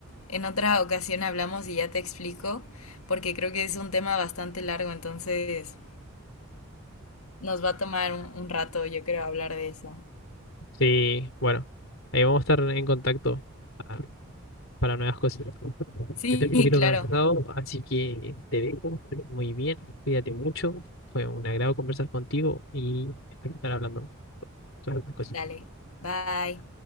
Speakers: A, on the left; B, on the left.
A: en otra ocasión hablamos y ya te explico, porque creo que es un tema bastante largo, entonces nos va a tomar un un rato, yo creo, hablar de eso.
B: Sí, bueno. Ahí vamos a estar en contacto pa- para nuevas cosas.
A: Sí,
B: Estoy un poquito
A: claro.
B: cansado, así que te dejo. Muy bien, cuídate mucho. Fue un agrado conversar contigo y espero estar hablando sobre estas cosas.
A: Dale. Bye.